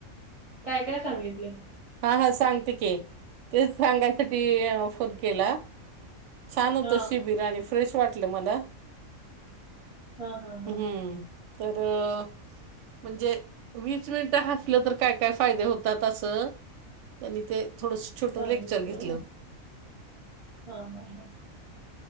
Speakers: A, on the right; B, on the right.
A: काय काय सांगितलं?
B: हा हा सांगते की, तेच सांगायसाठी फोन केला. छान होतं
A: हा
B: शिबिर आणि फ्रेश वाटलं मला.
A: हा हा हा
B: हम्म, तर. म्हणजे वीस मिनिटं हसलं तर काय-काय फायदे होतात असं त्यांनी ते थोडंस छोटं
A: सांगितलं
B: लेक्चर घेतलं
A: हा, हा.